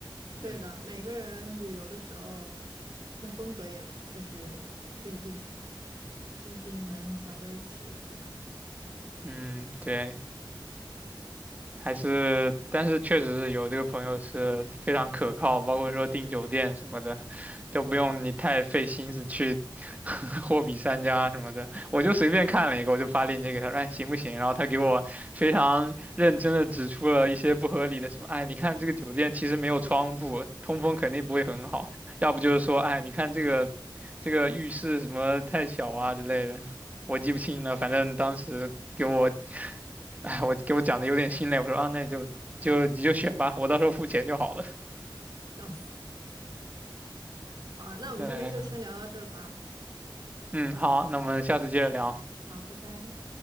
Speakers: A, on the right; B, on the right.
A: 对的，
B: 嗯
A: 每个人旅游的时候，那风格也就是不一定不一定能玩到一起，对吧？嗯，
B: 嗯，对。还是，但是确实是有这个朋友是非常可靠，包括说订酒店什么的，都不用你太费心思去 <laughs> 货比三家什么的。我就随便看了一个，我就发链接给他，哎，行不行？然后他给我非常认真的指出了一些不合理的什么，哎，你看这个酒店其实没有窗户，通风肯定不会很好，要不就是说，哎，你看这个这个浴室什么太小啊之类的，我记不清了，反正当时给我 <laughs> 哎，我给我讲的有点心累，我说啊，那你就就你就选吧，我到时候付钱就好了。
A: 笑死。好啊，那我们今天就先聊到这儿吧。
B: 嗯嗯，好，那我们下次接着聊。
A: 好，拜拜。